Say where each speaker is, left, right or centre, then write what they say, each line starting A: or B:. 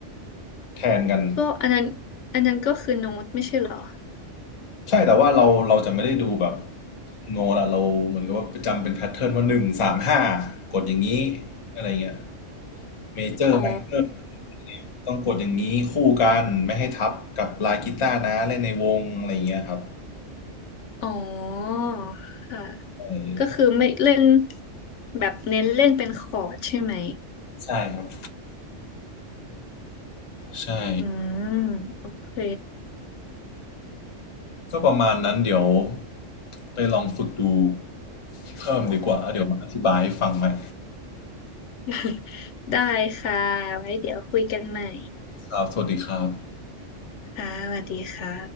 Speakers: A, on the left; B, on the left.
A: แทนกัน
B: ก็อันนั้นอันนั้นก็คือโน้ตไม่ใช่เหรอ
A: ใช่แต่ว่าเราเราจะไม่ได้ดูแบบโนละเราเหมือนกับว่าจำเป็นแพทเทิร์นว่าหนึ่งสามห้ากดอย่างนี้อะไรเงี้ยเมเจอร์ไมเนอร์
B: อ๋อ
A: ต้องกดอย่างนี้คู่กันไม่ให้ทับกับลายกีตาร์นะเล่นในวงอะไรเงี้ยครับ
B: อ๋อค่ะ
A: เออ
B: ก็คือไม่เล่นแบบเน้นเล่นเป็นคอร์ดใช่ไหม
A: ใช่ครับใช่
B: อืมโอเค
A: ก็ประมาณนั้นเดี๋ยวไปลองฝึกดูเพิ่มดีกว่าแล้วเดี๋ยวมาอธิบายให้ฟังใหม่
B: <laughs> ได้ค่ะไว้เดี๋ยวคุยกันใหม่
A: ครับสวัสดีครับ
B: ค่ะสวัสดีค่ะ